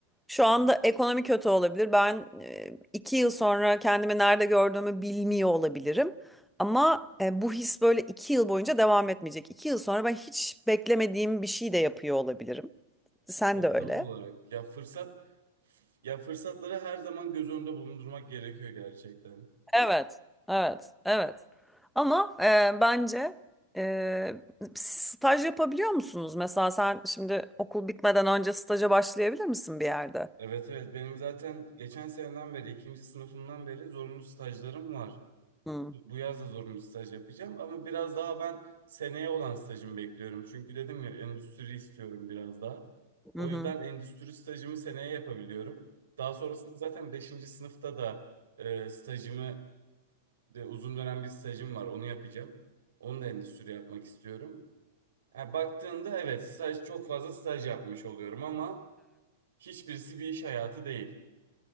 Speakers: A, in the centre; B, on the right.
A: şu anda ekonomi kötü olabilir. Ben e, iki yıl sonra kendimi nerede gördüğümü bilmiyor olabilirim. Ama e, bu his böyle iki yıl boyunca devam etmeyecek. İki yıl sonra ben hiç beklemediğim bir şey de yapıyor olabilirim. Sen
B: Ya
A: de öyle.
B: tam olarak ya fırsat ya fırsatları her zaman göz önünde bulundurmak gerekiyor gerçekten.
A: Evet, evet, evet. Ama e, bence e, staj yapabiliyor musunuz? Mesela sen şimdi okul bitmeden önce staja başlayabilir misin bir yerde?
B: Evet evet benim zaten geçen seneden beri ikinci sınıfımdan beri zorunlu stajlarım var.
A: Hı.
B: Bu yaz da zorunlu staj yapacağım ama biraz daha ben seneye olan stajımı bekliyorum. Çünkü dedim ya endüstri istiyorum biraz daha. O
A: Hı hı.
B: yüzden endüstri stajımı seneye yapabiliyorum. Daha sonrasında zaten beşinci sınıfta da e, stajımı de uzun dönem bir stajım var onu yapacağım. Onu da endüstri yapmak istiyorum. Yani baktığında evet staj çok fazla staj yapmış oluyorum ama hiçbirisi bir iş hayatı değil.